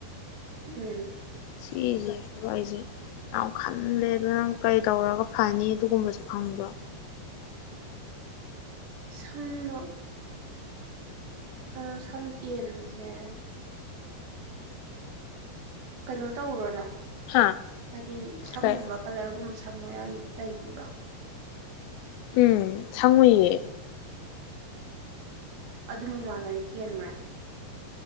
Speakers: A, on the right (about 60°); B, on the left (about 85°).
A: ꯎꯝ
B: ꯁꯤꯁꯦ ꯑꯩꯁꯦ ꯌꯥꯝ ꯈꯜꯂꯦ ꯑꯗꯨ ꯅꯪ ꯀꯔꯤ ꯇꯧꯔꯒ ꯐꯅꯤ ꯑꯗꯨꯒꯨꯝꯕꯁꯨ ꯈꯪꯕ
A: ꯁꯝꯅ ꯑ ꯁꯝ ꯀꯦꯟꯕꯖꯦ ꯀꯩꯅꯣ ꯇꯧꯔꯨꯕꫭ ꯅꯪ
B: ꯍꯥ
A: ꯍꯥꯏꯗꯤ ꯁꯝꯒꯨꯝꯕ
B: ꯀꯩ
A: ꯀꯂꯔꯒꯨꯝꯕ ꯁꯪ ꯐꯪꯕ ꯌꯥꯒꯤ ꯂꯩꯈꯤꯕ꯭ꯔꫭ
B: ꯎꯝ ꯁꯪꯉꯨꯏꯌꯦ
A: ꯑꯗꯨ ꯃꯃꯥꯡꯗꯗꯤ ꯀꯦꯟꯕ꯭ꯔꯥ